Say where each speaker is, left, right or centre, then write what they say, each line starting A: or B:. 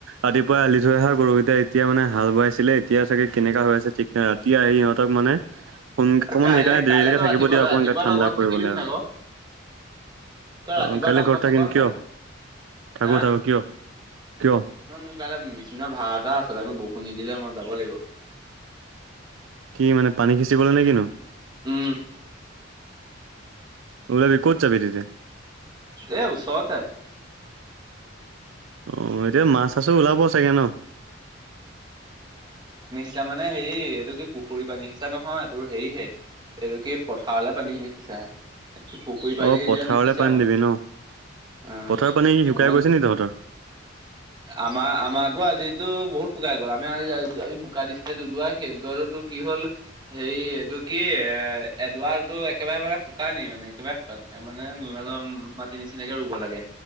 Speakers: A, on the right; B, on the right.
A: ৰাতিপুৱাই আলি থৈ অহা গৰুকেইটা এতিয়া মানে হাল বাইছিলে এতিয়া চাগে কেনেকোৱা হৈ আছে ঠিক নাই ৰাতি আহি ইহত হতক মানে সোন অকমান
B: কাইলে
A: সেইকাৰণে
B: কাইলে
A: দেৰিলৈকে
B: তই
A: থাকিব
B: ৰাতিপুৱা
A: দিয়ে অকণ
B: ৰাতিপুৱা
A: গাত ঠাণ্ডা
B: তই ঘৰত
A: পৰিবলে
B: থাকিবি
A: আও।
B: নাথাক তই ৰাতিপুৱা
A: অহ কালি
B: তই
A: ঘৰত
B: থাক
A: থাকিম কিয়
B: নাথাক
A: থাকো
B: হা?
A: থাকো কিয়? কিয়
B: নহয় মোৰ কাইলৈ মেচিনৰ ভাড়া এটা আছিল তে বৰষু নিদিলে মই যাব লাগিব।
A: কি মানে পানী সিচিবলে নে কিনো?
B: উম।
A: ওলাবি ক'ত যাবি তেতিয়া?
B: এই ওচৰতে।
A: অ এতিয়া মাছ চাছো ওলাব চাগে ন?
B: এতিয়া মানে হেৰি এইটো কি পুখুৰী পানী সিচা নহয় তোৰ হেৰি হে এইটো কি পথাৰলৈ পানীখিনি সিছা, পুখুৰী পানী
A: অ'
B: এতিয়া
A: পথাৰলে
B: নিসিছা
A: পানী
B: মানে।
A: দিবি ন?
B: অ,
A: পথাৰৰ পানী শুকাই
B: নহল
A: গৈছে নি তহঁতৰ?
B: আমাৰ আমাৰো আজি এইটো বহুত শুকাই গ'ল আমি আজি আজি বোকাই দিছিলে দুডুৱাুুুৰ সেইদুৱাৰোতো কি হ'ল হেৰি এইটো কি এ এ এডুৱাৰটো একেবাৰে মানে শুকানেই মানে, একেবাৰে শুকান নাই মানে নৈমেলৰ মাটি নিচিনাকে ৰুব লাগে